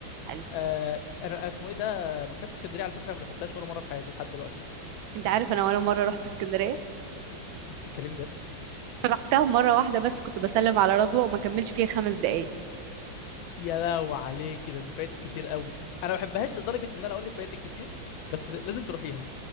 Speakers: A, on the right; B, on the left.
A: حلو
B: آه انا أنا اسمه ايه ده مكتبه اسكندريه على فكره ما دخلتهاش ولا مره في حياتي لحد دلوقتي
A: انت عارف انا ولا مره رحت اسكندريه
B: انت بتتكلمي جد
A: رحتها مره واحده بس كنت بسلم على رضوى وما كملش فيها خمس دقايق
B: يا لو عليك كده انت فايتك كتير قوي انا ما بحبهاش لدرجه ان انا اقول لك فايتك كتير بس لازم تروحيها